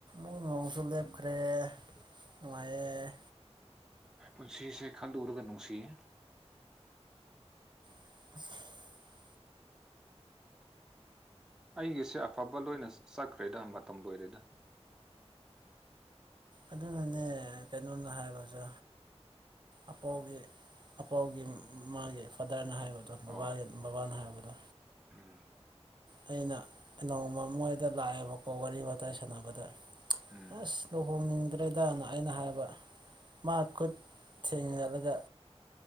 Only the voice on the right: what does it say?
ꯣꯏ ꯃꯪꯁꯣꯔꯗꯦꯕꯈ꯭ꯔ ꯅꯅꯨꯡꯉꯥꯏ
<unintelligible>
ꯑꯗꯨꯅꯅꯦ ꯀꯩꯅꯣꯅ ꯍꯥꯏꯕꯁꯦ ꯑꯄꯥꯎꯒꯤ ꯑꯄꯥꯎꯒꯤ ꯃꯥꯒꯤ ꯐꯥꯗꯔꯅ ꯍꯥꯏꯕꯗꯣꯕꯥ
ꯕꯕꯥꯅ ꯍꯥꯏꯕꯗꯣ
ꯑꯩꯅ ꯅꯣꯡꯃ ꯃꯣꯏꯗ ꯂꯥꯛꯑꯦꯕꯀꯣ ꯋꯥꯔꯤ ꯋꯥꯇꯥꯏ ꯁꯥꯟꯅꯕꯗ
ꯑꯁ ꯂꯨꯍꯣꯡꯅꯤꯡꯗ꯭ꯔꯦꯗꯅ ꯑꯩꯅ ꯍꯥꯏꯕ ꯃꯥ ꯈꯨꯠ ꯊꯦꯡꯅꯔꯒ